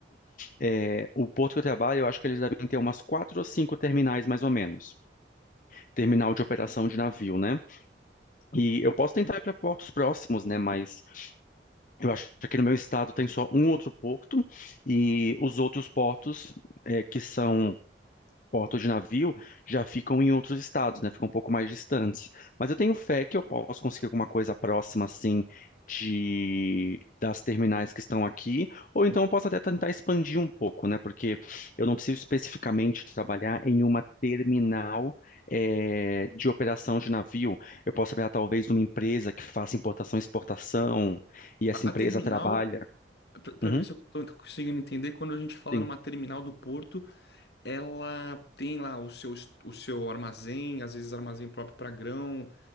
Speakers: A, on the left; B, on the left.
A: é, o porto que eu trabalho, eu acho que eles devem ter umas quatro ou cinco terminais mais ou menos, terminal de operação de navio, né? E eu posso tentar ir para portos próximos, né? Mas Eu acho que aqui no meu estado tem só um outro porto e os outros portos eh, que são portos de navio já ficam em outros estados, né? Ficam um pouco mais distantes. Mas eu tenho fé que eu posso conseguir alguma coisa próxima, assim, de das terminais que estão aqui, ou então eu posso até tentar expandir um pouco, né? Porque eu não preciso especificamente trabalhar em uma terminal eh, de operação de navio. Eu posso trabalhar talvez numa empresa que faça importação e exportação, e essa
B: A,
A: empresa
B: a terminal...
A: trabalha.
B: Para
A: Uhum,
B: ver se eu estou conseguindo entender, quando a gente fala
A: sim.
B: numa terminal do porto, Ela tem lá o seu, est- o seu armazém, às vezes armazém próprio para grão.